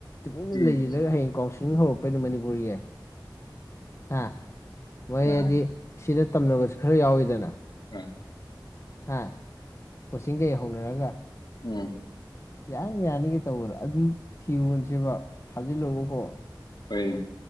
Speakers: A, on the left (about 35°); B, on the left (about 65°).
A: ꯇꯨꯃꯤꯟꯅ
B: ꯎꯝ
A: ꯂꯩꯁꯤꯜꯂꯒ ꯍꯌꯦꯡ ꯀꯥꯎꯟꯁꯤꯂꯤꯡ ꯍꯧꯔꯛꯄꯩꯗ ꯃꯅꯤꯄꯨꯔꯒꯤ ꯑ ꯃꯣꯏ
B: ꯑꯥ
A: ꯍꯥꯏꯗꯤ ꯁꯤꯗ ꯇꯝꯅꯕꯁꯨ ꯈꯔ ꯌꯥꯎꯋꯤꯗꯅ
B: ꯑ
A: ꯑ ꯀꯣꯆꯤꯡꯒꯩ ꯍꯧꯅꯔꯒ
B: ꯎꯝ
A: ꯌꯥꯅꯤ ꯌꯥꯅꯤꯒꯦ ꯇꯧꯕꯗ ꯑꯗꯨ ꯊꯤꯔꯣꯟꯁꯦꯕ ꯊꯥꯖꯤꯜꯂꯑꯣꯀꯣ
B: ꯍꯣꯏ